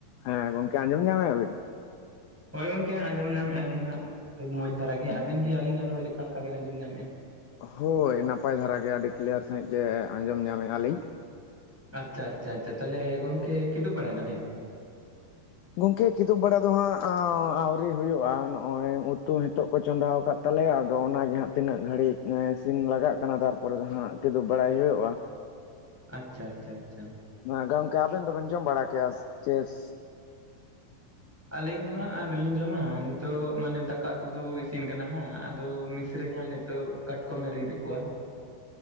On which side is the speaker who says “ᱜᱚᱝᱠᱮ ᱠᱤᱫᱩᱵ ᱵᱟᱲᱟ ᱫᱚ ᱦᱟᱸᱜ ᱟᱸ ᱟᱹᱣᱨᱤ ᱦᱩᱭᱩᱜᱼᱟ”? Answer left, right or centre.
Left